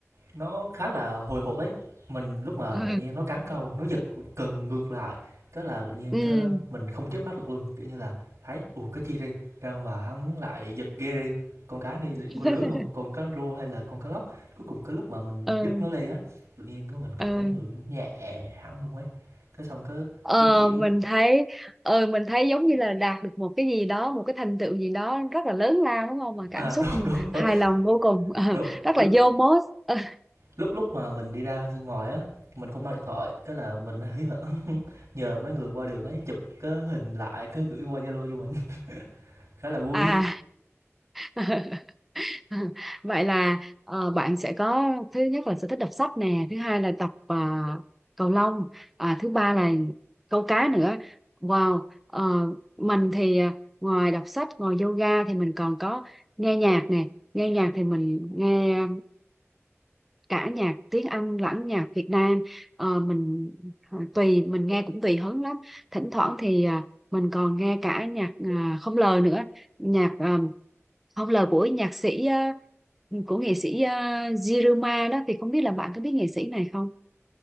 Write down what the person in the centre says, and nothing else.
Ừ.
Ừ.
<laughs>
ừ
ừ
ờ
mình thấy ờ mình thấy giống như là đạt được một cái gì đó một cái thành tựu gì đó rất là lớn lao đúng không mà
cảm xúc
hài lòng vô cùng <laughs>
rất
là vô mốt <laughs>
à <laughs> <laughs> vậy là ờ, bạn sẽ có thứ nhất là sở thích đọc sách nè thứ hai là tập ờ, cầu lông à, thứ ba là câu cá nữa wow ờ, mình thì ờ, ngoài đọc sách ngoài yoga thì mình còn có nghe nhạc nè nghe nhạc thì mình nghe cả nhạc tiếng Anh lẫn nhạc Việt Nam Ờ, mình ờ, tùy mình nghe cũng tùy hứng lắm thỉnh thoảng thì à, mình còn nghe cả nhạc à, không lời nữa nhạc à, không lời của nhạc sĩ à, của nghệ sĩ à, Jiruma đó thì không biết là bạn có biết nghệ sĩ này không